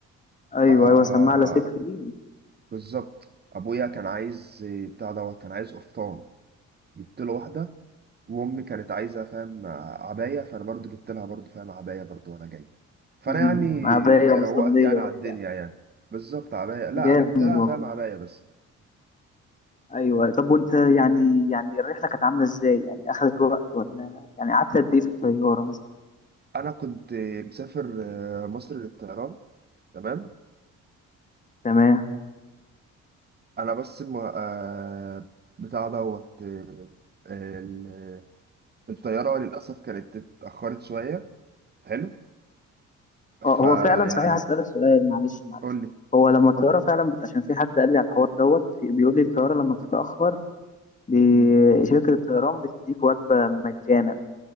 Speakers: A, on the left; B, on the right.
A: ايوه
B: آه آه، آه،
A: ايوه سماعه لاسلكي
B: آه،
A: دي
B: بالظبط ابويا كان عايز آه، بتاع دوت كان عايز قفطان جبت له واحدة وامي كانت عايزه فاهم عبايه فانا برضو جبت لها برضو فاهم عبايه برضو وانا جاي فانا
A: امم
B: يعني
A: عبايه ومصليه
B: روقت يعني
A: وبتاع
B: على الدنيا يعني بالظبط عبايه لا
A: جامد
B: انا جبت لها
A: والله
B: فاهم عبايه بس
A: ايوه أيوه. طب وانت يعني يعني الرحله كانت عامله ازاي يعني اخذت وقت ولا يعني قعدت قد ايه في الطياره مثلا
B: انا كنت مسافر آه، مصر للطيران تمام
A: تمام
B: انا بس الم... آه، بتاع دوت آه، ال- الطياره للاسف كانت اتاخرت شويه حلو فيعني
A: اه هو فعلا صحيح هسألك سؤال معلش معلش
B: قول
A: هو لما الطياره فعلا بت... عشان في حد قال لي على الحوار دوت في- بيقول لي الطياره لما بتتاخر بي-
B: لي
A: شركه الطيران بتديك وجبه مجانا